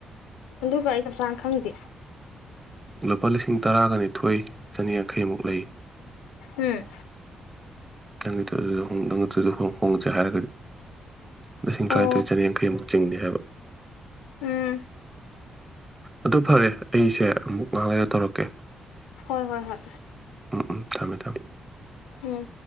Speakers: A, on the left; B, on the right.
A: ꯑꯗꯨꯒ ꯑꯩ ꯆꯞ ꯆꯥꯅ ꯈꯪꯗꯦ
B: ꯂꯨꯄꯥ ꯂꯤꯁꯤꯡ ꯇꯔꯥꯒ ꯅꯤꯊꯣꯏ ꯆꯅꯤꯌꯥꯡꯈꯩꯃꯨꯛ ꯂꯩ
A: ꯍꯨꯝ
B: <unintelligible> ꯍꯣꯡꯉꯁꯦ ꯍꯥꯏꯔꯒꯗꯤ ꯂꯤꯁꯤꯡ ꯇꯔꯥꯅꯤꯊꯣꯏ
A: ꯑꯣ
B: ꯆꯅꯤꯌꯥꯡꯈꯩꯃꯨꯛ ꯆꯤꯡꯅꯤ ꯍꯥꯏꯕ
A: ꯎꯝ
B: ꯑꯗꯨ ꯐꯔꯦ ꯑꯩꯁꯦ ꯑꯃꯨꯛ ꯉꯍꯥꯛ ꯂꯩꯔ ꯇꯧꯔꯛꯀꯦ
A: ꯍꯣꯏ ꯍꯣꯏ ꯍꯣꯏ
B: ꯎꯝ ꯎꯝ ꯊꯝꯃꯦ ꯊꯝꯃꯦ
A: ꯎꯝ